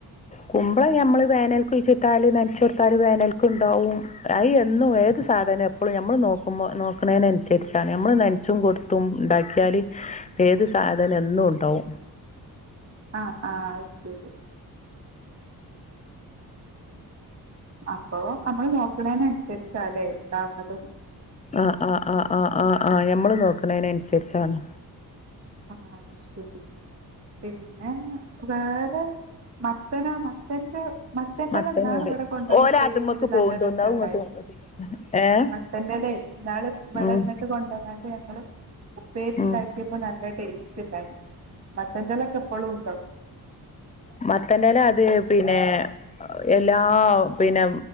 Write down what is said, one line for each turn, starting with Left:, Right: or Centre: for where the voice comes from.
Left: കുമ്പളം ഞമ്മള് വേനൽക്കഴിച്ചിട്ടാല് നനച്ച കൊടുത്താല് വേനൽക്ക ഉണ്ടാവും അഐ എന്നും ഏത് സാധന അപ്പോ നമ്മൾ നോക്കുമ്പോ നോക്കുന്നതിന അനുസരിച്ചാണ് നമ്മള് നനച്ചും കൊടുത്തും ഉണ്ടാക്കിയാല് ഏത് സാധന എന്നും ഉണ്ടാവും
Right: ആഹ! ആ.. അത് ശരി അപ്പോ നമ്മള് നോക്കണെന് അനുസരിച്ചാല്ലേ ഉണ്ടാവണത്
Left: ആ.. ആ്.. ആ്.. ആ്.. ആ്.. ആഹ്! ഞമ്മള് നോക്കണെന് അനുസരിച്ചാണ്
Right: ആഹ! അത് ശരി പിന്നെ വേറെ മത്തനാ മത്തന്റെ മത്തന്റെ
Left: മത്തനുണ്ട്
Right: ഇന്നാള് ഇവിടെ കൊണ്ടുവന്ന്
Left: ഓല്
Right: ഉപ്പേരി
Left: അതുമ്മക്ക്
Right: വച്ചിട്ട് നല്ല
Left: പോവ്ണ്ടോന്ന്
Right: രസുണ്ടായിരുന്ന്
Left: അത് ഇങ്ങോട്ട് ഏഹ്
Right: മത്തൻ്റെ ലെഇന്നാള് ഇവിടെ
Left: ഉം
Right: ഇങ്ങട്ട് കൊണ്ട വന്നാണ്ട് ഞങ്ങള് ഉപ്പേരിണ്ടാക്കി
Left: ഉം
Right: ണ്ടാക്കി പ്പ നല്ല ടേസ്റ്റ് ഉണ്ടായിരുന്നു മത്തൻ്റെ ല ക്കെ. ഇപ്പളും ഉണ്ടോ
Left: മത്തന്റെ എല അത് പിന്നെ എല്ലാ പിന്നെ